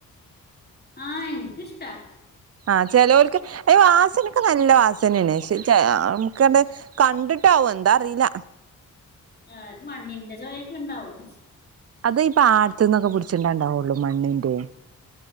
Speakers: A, on the left; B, on the right.
A: ആ എനിക്ക് ഇഷ്ടവാ
B: ആ ചിലവർക്ക് വാസനയൊക്കെ നല്ല വാസനയാണ് പക്ഷേ നമുക്കാണെ കണ്ടി ട്ടാവോ എന്താ അറിയില്ല
A: ആ ഒരു മണ്ണിന്റെ ചൊവയൊക്കെ ഉണ്ടാവും
B: അത് ഈ പാടത്തൊന്നൊക്കെ പിടിച്ചിട്ടുണ്ടേ ഉണ്ടാവുള്ളു മണ്ണിന്റെ